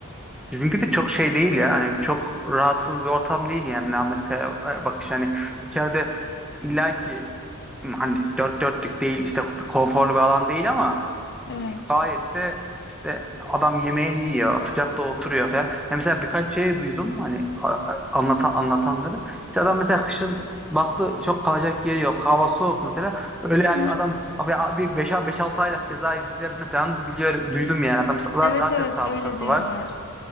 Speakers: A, in the centre; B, on the left (about 50°).
A: bizimki de çok şey değil ya. Hani çok rahatsız bir ortam değil yani Amerika'ya e, bakış hani içeride illaki hani dört dörtlük değil işte bir konforlu bir alan değil ama
B: Evet.
A: gayet de işte adam yemeğini yiyor, sıcakta oturuyor falan. Hani mesela birkaç şey duydum hani a- a- anlatan anlatanları. İşte adam mesela kışın baktı çok kalacak yeri yok, hava soğuk mesela. Öyle yani
B: Hı hı.
A: adam abi bir beş altı aylık ceza yediklerini falan biliyor duydum yani adam za-
B: Evet
A: zaten
B: evet
A: sabıkası
B: öyle diyorlar.
A: var.